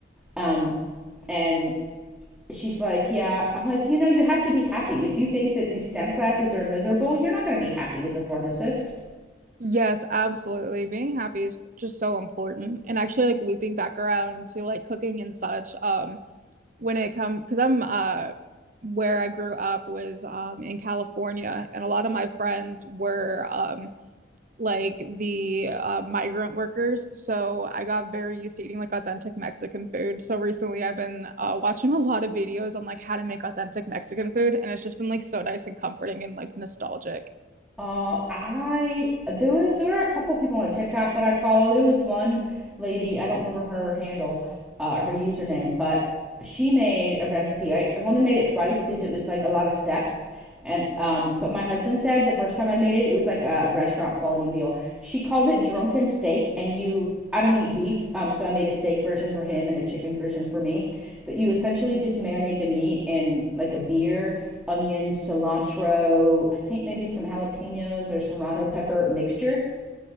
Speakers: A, in the centre; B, on the right.
A: Um, and she's like, Yeah, I'm like, you know, you have to be happy. If you think that these STEM classes are miserable, you're not going to be happy as a pharmacist.
B: Yes, absolutely. Being happy is just so important. And actually like looping back around to like cooking and such, um, when it comes because I'm uh where I grew up was um in California and a lot of my friends were um like the uh, migrant workers. So I got very used to eating like authentic Mexican food. So recently I've been uh, watching <laughs> a lot of videos on like how to make authentic Mexican food, and it's just been like so nice and comforting and like nostalgic.
A: Uh, I there were there were a couple people on TikTok that I follow. There was one lady, I don't remember her handle, uh, her username, but she made a recipe. I, I've only made it twice because it was like a lot of steps. And um, but my husband said the first time I made it, it was like a restaurant quality meal. She called it drunken steak, and you. I don't eat beef, um, so I made a steak version for him and a chicken version for me. But you essentially just marinate the meat in like a beer, onion, cilantro, I think maybe some jalapenos or serrano pepper mixture,